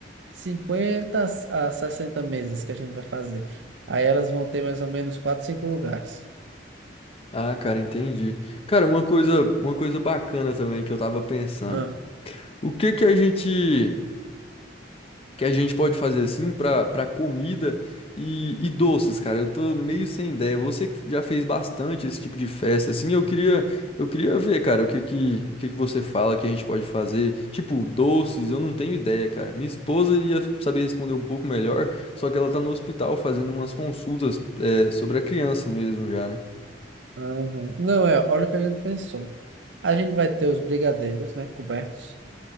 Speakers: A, on the right; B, on the left.
A: 50 a 60 mesas que a gente vai fazer. Aí elas vão ter mais ou menos 4 5 lugares.
B: Ah, cara, entendi. Cara, uma coisa, uma coisa bacana também que eu tava pensando.
A: Ah,
B: O que que a gente. que a gente pode fazer assim para para comida e, e doces, cara. Eu tô meio sem ideia. Você que já fez bastante esse tipo de festa, assim, eu queria eu queria ver, cara, o que que o que que você fala que a gente pode fazer? Tipo, doces, eu não tenho ideia, cara. Minha esposa ia saber responder um pouco melhor, só que ela tá no hospital fazendo umas consultas é, sobre a criança mesmo já, né?
A: Aham. Não, é, olha o que a gente pensou. A gente vai ter os brigadeiros, né, cobertos.